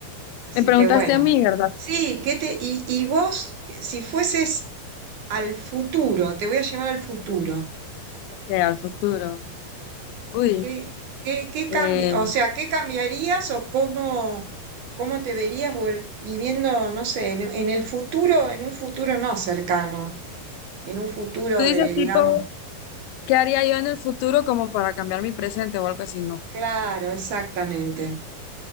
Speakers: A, on the right; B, on the left.
A: Así
B: Me preguntaste
A: que bueno,
B: a mí, ¿verdad?
A: sí, ¿qué te, y, y vos, que si fueses al futuro, te voy a llevar al futuro,
B: Que al futuro. Uy,
A: ¿qué, qué, qué cambi-
B: eh,
A: o sea, ¿qué cambiarías o cómo, cómo te verías vuel- viviendo, no sé, en, en el futuro, en un futuro no cercano, en un futuro
B: tú dices
A: de, digamos,
B: tipo, ¿qué haría yo en el futuro como para cambiar mi presente o algo así? No.
A: claro, exactamente.